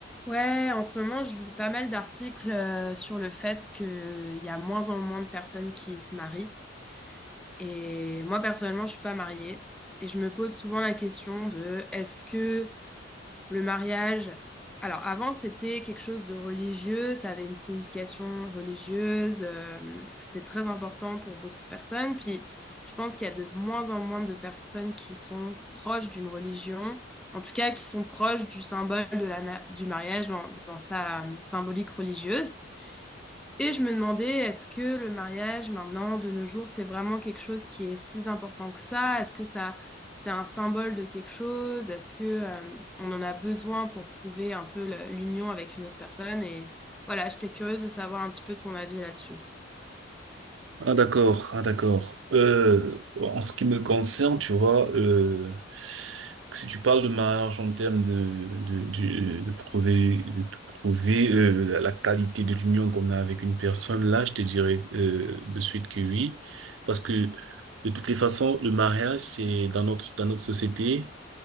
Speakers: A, in the centre; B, on the right.
A: Ouais, en ce moment, je lis pas mal d'articles euh, sur le fait qu'il y a moins en moins de personnes qui se marient. Et moi, personnellement, je suis pas mariée. Et je me pose souvent la question de est-ce que le mariage, alors avant c'était quelque chose de religieux, ça avait une signification religieuse, euh, c'était très important pour beaucoup de personnes. Puis je pense qu'il y a de moins en moins de personnes qui sont proches d'une religion, en tout cas qui sont proches du symbole de la ma- du mariage dans, dans sa euh, symbolique religieuse. Et je me demandais, est-ce que le mariage maintenant, de nos jours, c'est vraiment quelque chose qui est si important que ça? Est-ce que ça, c'est un symbole de quelque chose? Est-ce que, euh, on en a besoin pour prouver un peu le- l'union avec une autre personne? Et voilà, j'étais curieuse de savoir un petit peu ton avis là-dessus.
B: Ah d'accord, ah d'accord. Euh, en ce qui me concerne, tu vois, euh, si tu parles de mariage en termes de de de, de prouver de prouver euh, la, la qualité de l'union qu'on a avec une personne, là, je te dirais euh, de suite que oui, parce que de toutes les façons, le mariage, c'est dans notre dans notre société,